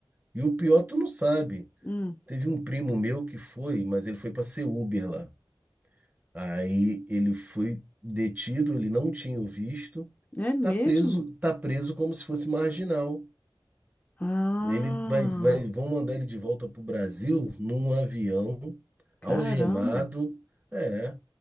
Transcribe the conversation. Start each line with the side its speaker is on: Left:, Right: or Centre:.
Right: E o pior, tu não sabe.
Left: Hum,
Right: Teve um primo meu que foi, mas ele foi para ser Uber lá. Aí ele foi detido, ele não tinha o visto
Left: é mesmo?
Right: tá preso, tá preso como se fosse marginal.
Left: Ah,
Right: Ele vai, vai, vão mandar ele de volta para o Brasil num avião,
Left: caramba.
Right: algemado. É,